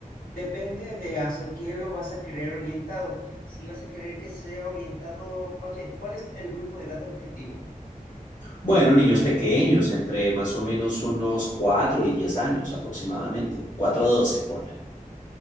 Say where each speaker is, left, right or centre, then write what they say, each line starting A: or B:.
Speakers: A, on the left; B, on the left.
A: Depende de hacia quién lo vas a querer orientado. Si vas a querer que sea orientado, más bien, ¿cuál es el grupo de edad objetivo?
B: Bueno, niños pequeños, entre más o menos unos 4 y 10 años aproximadamente, 4 a 12, ponle.